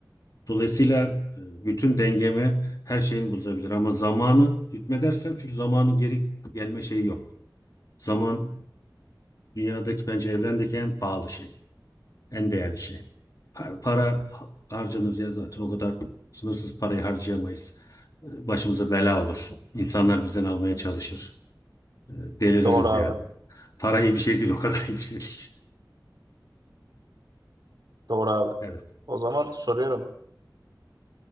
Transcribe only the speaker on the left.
Dolayısıyla e, bütün dengemi her şeyimi bozabilir. Ama zamanı hükmedersem çünkü zamanın geri gelme şeyi yok. Zaman dünyadaki bence evrendeki en pahalı şey. En değerli şey. Para, para ha- harcanır ya zaten o kadar sınırsız parayı harcayamayız. E, Başımıza bela olur. İnsanlar bizden almaya çalışır. E, Deliririz
yani. Para iyi bir şey değil o kadar iyi bir şey değil. <laughs>
Evet.